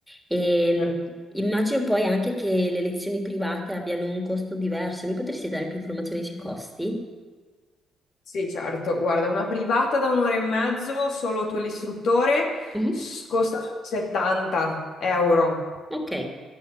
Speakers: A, in the centre; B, on the left (about 65°).
A: E,
B: Per-
A: immagino poi anche che le lezioni private abbiano un costo diverso. Mi potresti dare più informazioni sui costi?
B: Sì, certo. Guarda, una privata da un'ora e mezzo, solo tu e l'istruttore,
A: Mhm.
B: s- costa 70 euro.
A: Ok.